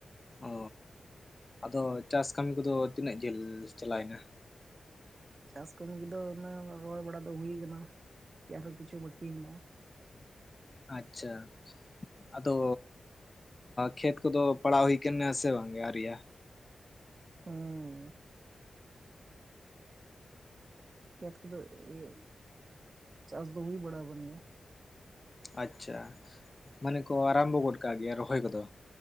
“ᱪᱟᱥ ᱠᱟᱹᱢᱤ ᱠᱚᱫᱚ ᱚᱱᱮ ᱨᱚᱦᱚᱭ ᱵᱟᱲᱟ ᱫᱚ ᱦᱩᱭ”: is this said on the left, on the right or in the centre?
Right